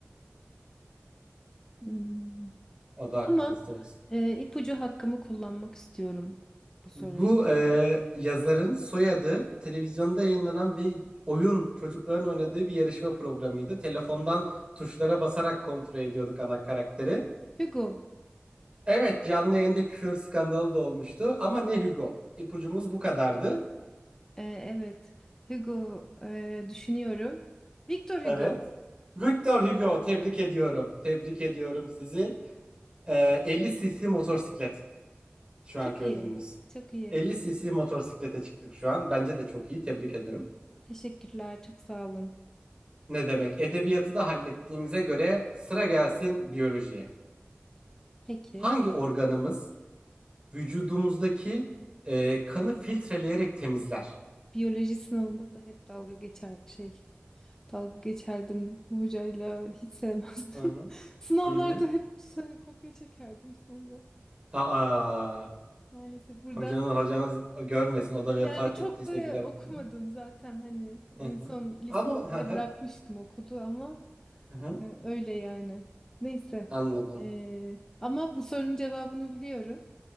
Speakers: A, on the left; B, on the right.
A: Hmm.
B: O da hakkınızda
A: Tamam.
B: olsun.
A: Ee, ipucu hakkımı kullanmak istiyorum bu soru
B: Bu
A: için.
B: e, yazarın soyadı televizyonda yayınlanan bir oyun çocukların oynadığı bir yarışma programıydı. Telefondan tuşlara basarak kontrol ediyorduk ana karakteri.
A: Hugo.
B: Evet canlı yayında küfür skandalı da olmuştu ama ne Hugo. İpucumuz bu kadardı.
A: Ee, evet. Hugo ee, düşünüyorum. Victor Hugo.
B: Evet. Victor Hugo tebrik ediyorum. Tebrik ediyorum sizi. Ee, 50 cc motosiklet şu
A: Çok
B: anki
A: iyi.
B: ödülünüz.
A: Çok iyi.
B: 50 cc motosiklete çıktık şu an. Bence de çok iyi. Tebrik ederim.
A: Teşekkürler. Çok sağ olun.
B: Ne demek? Edebiyatı da hallettiğimize göre sıra gelsin biyolojiye.
A: Peki.
B: Hangi organımız vücudumuzdaki e, kanı filtreleyerek temizler?
A: Biyoloji sınavında da hep dalga geçer şey. Dalga geçerdim hocayla. Hiç sevmezdim.
B: Hı hı.
A: <laughs> Sınavlarda
B: Hı hı.
A: hep se- kopya çekerdim sonra.
B: Aa,
A: Maalesef buradan.
B: hocanız hocanız görmesin. O da vefat
A: Yani çok
B: ettiyse
A: da
B: bilemem
A: okumadım
B: tabii.
A: zaten hani en
B: Hı hı.
A: son lise
B: Ama
A: ikide
B: hı hı.
A: bırakmıştım okulu ama
B: hı hı.
A: Ee, Öyle yani. Neyse.
B: Anladım.
A: Ee, ama bu sorunun cevabını biliyorum.